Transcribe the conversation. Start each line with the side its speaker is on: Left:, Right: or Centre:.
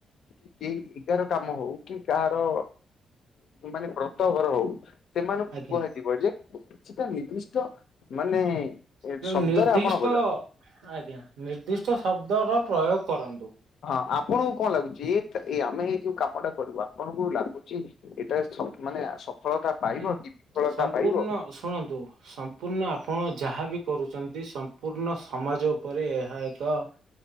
Left: କି କେହି ଏଗାର କାମ ହଉ କି କାହାର ମାନେ ବ୍ରତ ଘର ହଉ ସେମାନଙ୍କୁ
Right: ଆଜ୍ଞା
Left: କୁହାଯିବ ଯେ କିଛିଟା ନିର୍ଦ୍ଦିଷ୍ଟ ମାନେ ଏ
Right: ତେଣୁ
Left: ଶବ୍ଦରେ
Right: ନିର୍ଦ୍ଦିଷ୍ଟ
Left: ଆପଣ ବଜା
Right: ଆଜ୍ଞା ନିର୍ଦ୍ଦିଷ୍ଟ ଶବ୍ଦ ର ପ୍ରୟୋଗ କରନ୍ତୁ।
Left: ହଁ ଆପଣଙ୍କୁ କଣ ଲାଗୁଚି ଏ ଆମେ ଏଇ ଯୋଉ କାମ ଟା କରିବୁ ଆପଣଙ୍କୁ ଲାଗୁଚି ଏଇଟା ସପ୍ ମାନେ ସଫଳତା ପାଇବ
Right: ନାଇଁ
Left: କି ବିଫଳତା
Right: ସମ୍ପୂର୍ଣ୍ଣ
Left: ପାଇବ
Right: ଶୁଣନ୍ତୁ ସ ସମ୍ପୂର୍ଣ୍ଣ ଆପଣ ଯାହାବି କରୁଛନ୍ତି ସମ୍ପୂର୍ଣ୍ଣ ସମାଜ ଉପରେ ଏହା ଏକ